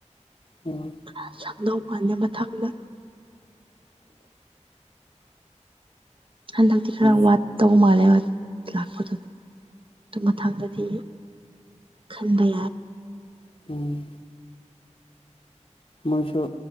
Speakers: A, on the left; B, on the right.
A: ꯎꯝ
B: ꯈ ꯁꯪꯗꯧ ꯃꯥꯟꯅꯦꯦ ꯃꯊꯪꯅ ꯍꯟꯗꯗꯤ ꯈꯔ
A: ꯎꯝ
B: ꯋꯥꯠ ꯇꯧ ꯃꯥꯜꯂꯦꯕ ꯂꯥꯛꯄꯗꯣ ꯑꯗꯨ ꯃꯊꯪꯗꯗꯤ ꯈꯟꯗꯦ
A: ꯎꯝ <inaudible> ꯃꯣꯏꯁꯨ